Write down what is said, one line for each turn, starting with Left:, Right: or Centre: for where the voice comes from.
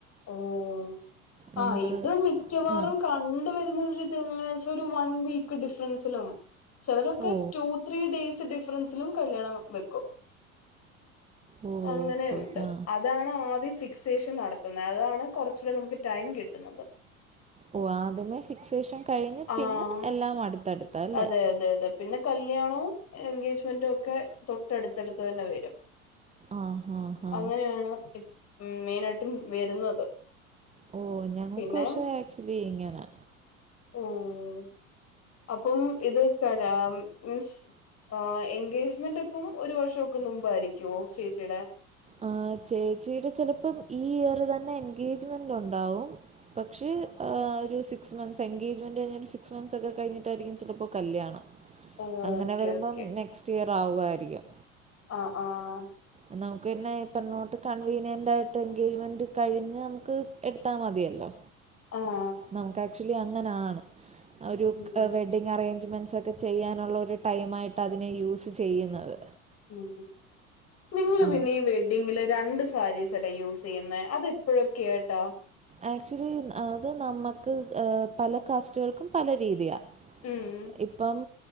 Left: ഓഹ്.
Right: നമുക്ക്
Left: ആഹ് ഇത് മിക്കവാറും
Right: ആ
Left: കാ കൊണ്ട് വരുന്നത് ഇത് എങ്ങനാച്ചാ ഒരു വൺ വീക്ക് ഡിഫറൻസിലും ചെലരൊക്കെ
Right: ഓ
Left: ടു ത്രീ ഡേയ്സ് ഡിഫറൻസിലും കല്യാണം വെക്കും
Right: ഓ
Left: അങ്ങനെയുണ്ട്.
Right: ഓക്കെ ഓക്കെ ആ
Left: അതാണ് ആദ്യം ഫിക്സേഷൻ നട ന്ന അതാണ് കൊറച്ചൂടെ നമുക്ക് ടൈം കിട്ട്ന്നത്
Right: ഓഹ് ആദ്യമേ ഫിക്സേഷൻ കഴിഞ്ഞ് പിന്നെ
Left: ആഹ്
Right: എല്ലാം അട്ത്തട്ത്താൽ
Left: അതെ അതെ അതെ പിന്നെ കല്യാണവും എൻഗേജ്മെന്റുഒക്കെ തൊട്ടട്ത്തട്ത്ത് തന്നെ വരും
Right: ആ ഹാ ഹാ
Left: അങ്ങനെയാണ് എഹ് മെയിനായിട്ടും വരുന്നത്
Right: ഓഹ് ഞങ്ങൾക്ക്
Left: പിന്നെ
Right: പക്ഷെ ആക്ച്വലി ഇങ്ങനാ
Left: ഓഹ് അപ്പം ഇത് കലാം മിൻസ് എൻഗേജ്മെന്റപ്പം ഒരു വഷം ക്ക് മുമ്പായിരിക്ക്യോ ചേച്ചിടെ
Right: ആഹ് ചേച്ചിടെ സെലപ്പം ഈ ഇയറ് തന്നെ എൻഗേജ്മെന്റുണ്ടാവും പക്ഷേ ആഹ് ഒരു സിക്സ് മന്ത്സ് എഗേജ്മെന്റഴിഞ്ഞരു സിക്സ് മന്ത് സൊക്കെ കഴിഞ്ഞിട്ടായിരിക്കും ചിലപ്പോകല്യാണ
Left: ഓക്കെ
Right: അങ്ങനെ വരുമ്പം
Left: ഓക്കെ
Right: നെക്സ്റ്റ് ഇയർ ആവുവാരിക്യും
Left: ആഹ് ആഹ്
Right: എന്നവു പിന്നെ ഇപ്പം എന്നോട്ട് കൺവീനിയൻ്റായിട്ട് എഗേജ്മെന്റ് കഴിഞ്ഞ് നമുക്ക് എടുത്താമതിയല്ലോ
Left: ആഹ്
Right: നമുക്ക് ആക്ച്വലി അങ്ങനാണ് ആഹ് ഒരു
Left: ഉം
Right: കവെ ട്ടിങ്ങഅറേഞ്ച്മെൻസൊക്കെ ചെയ്യാനുള്ളരു ട്ടൈമായിട്ടതിനെ യൂസ് ചെയ്യുന്നത്
Left: ഉം നിങ്ങള്
Right: ആ
Left: പിന്നെ ഈ വെഡ്ഡിങ്ങില് രണ്ട് സാരി സെൽ ക്കെ യൂസെയ്യുന്നേ അതെപ്പഴൊക്കെയായ്ട്ടാ
Right: ആക്ച്വലി അത് നമ്മക്ക് ഏഹ് പല കാസ്റ്റുകൾക്കും പല രീതിയാ
Left: ഉം
Right: ഇപ്പം